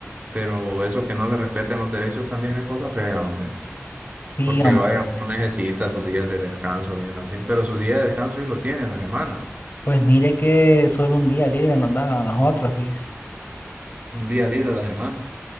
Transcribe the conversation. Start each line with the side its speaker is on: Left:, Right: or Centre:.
Right: Pero eso que no le respeten los derechos también es cosa fea, hombre.
Left: Sí,
Right: Porque
Left: hombre.
Right: vaya, uno necesita sus días de descanso bien al cien pero sus días de descanso sí lo tiene a la semana.
Left: Pues mire que solo un día libre nos dan a nosotros, sí.
Right: Un día libre a la semana.